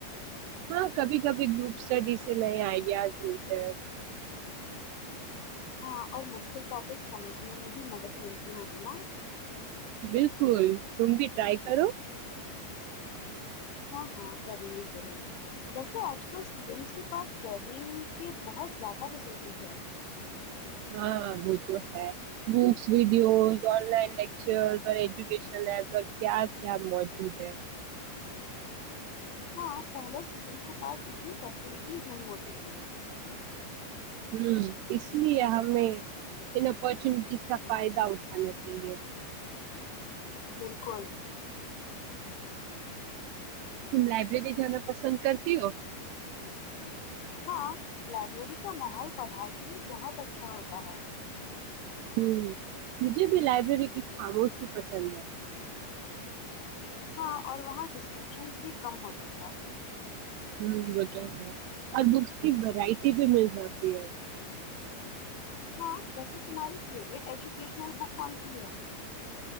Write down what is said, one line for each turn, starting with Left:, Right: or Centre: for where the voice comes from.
Right: ہاں کبھی کبھی گروپ اسٹڈی سے نئے آئیڈیاز ملتے ہیں
Left: ہاں اور مشکل ٹاپک سمجھنے میں بھی مدد ملتی ہوگی نا
Right: بالکل تم بھی رائی کرو
Left: ہاں ہاں کروں گی ضرور ویسے آج کل اسٹوڈینٹس کے پاس لرننگ کے بہت زیادہ ریسورسز ہے
Right: ہاں وہ تو ہے books videos online lecture اور ایجوکیشن ایپ اور کیا کیا موجود ہے
Left: ہاں پہلے اسٹوڈنٹ کے پاس اتنی فیسلٹیز نہیں ہوتی تھیں
Right: ہ اس لیے ہمیںچ <unintelligible> جس کا فائدہ اٹھا <unintelligible> چاہیے <unintelligible>
Left: بالکل
Right: تم لائبریری جانا پسند کرتی ہو
Left: ہاں لائبریری کا ماحول پڑھائی کے لیے بہت اچھا ہوتا ہے
Right: ہ مجھے بھی لائبریری کی خاموشی پسند ہے
Left: ہاں اور وہاں ڈسٹیکشنز بھی کم ہوتی ہیں
Right: ہ وہ تو ہے اور بکس کی ورائٹی بھی مل جاتی ہے
Left: ہاں ویسے تمہاری فیوریٹ ایجوکیشنل بک کون سی ہے